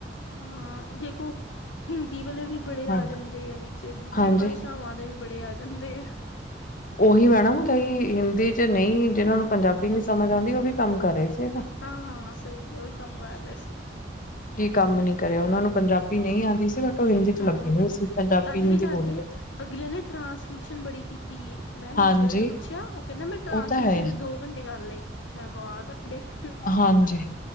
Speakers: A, on the left; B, on the left.
A: ਹਾਂ ਦੇਖੋ ਹਿੰਦੀ ਵਾਲੇ ਵੀ ਬੜੇ
B: ਹਾਂਜੀ
A: ਆ ਜਾਂਦੇ ਆ ਵਿੱਚ ਦੂਜੀ
B: ਹਾਂਜੀ
A: ਭਾਸ਼ਾਵਾਂ ਦੇ ਬੜੇ ਆ ਜਾਂਦੇ ਆ।
B: ਉਹੀ ਮੈਡਮ ਕਈ ਹਿੰਦੀ ਚ ਨਹੀ ਜਿਹਨਾਂ ਨੂੰ ਪੰਜਾਬੀ ਨ੍ਹੀਂ ਸਮਝ ਆਉਂਦੀ ਉਹ ਵੀ ਕੰਮ ਕਰ ਰਹੇ ਸੀ ਅਜ।
A: ਹਾਂ ਹਾਂ ਸਹੀ ਉਹੀ ਕੰਮ ਕਰ ਰਹੇ ਸੀ।
B: ਕੀ ਕੰਮ ਨੀ ਕਰਿਆ ਉਹਨਾਂ ਨੂੰ ਪੰਜਾਬੀ ਨਹੀਂ ਆਉਂਦੀ ਸੀ ਬਟ ਉਹ ਹਿੰਦੀ ਤੋਂ
A: ਹਾਂ।
B: ਲੱਗੇ ਹੋਏ ਸੀ। ਪੰਜਾਬੀ
A: ਤਦ
B: ਹਿੰਦੀ
A: ਵੀ ਕਰਦੇ
B: ਬੋਲਦੇ।
A: ਅਗਲੇ ਨੇ ਟਰਾਂਸਕ੍ਰਿਪਸ਼ਨ ਬੜੀ ਕੀਤੀ ਮੈਂ ਹਿੰਦੀ
B: ਹਾਂਜੀ
A: ਵਾਲਿਆਂ ਨੇ ਪੁੱਛਿਆ ਉਹ ਕਹਿੰਦਾ ਮੈਂ ਟਰਾਂਸਕ੍ਰਿਪਸ਼ਨ
B: ਉਹ ਤਾਂ ਹੈ
A: ਦੇ। ਗਡੀ ਕਰ ਲਈ ਮੈਂ ਬਹੁਤ ਤੁਹਾਡੇ
B: ਹਾਂਜੀ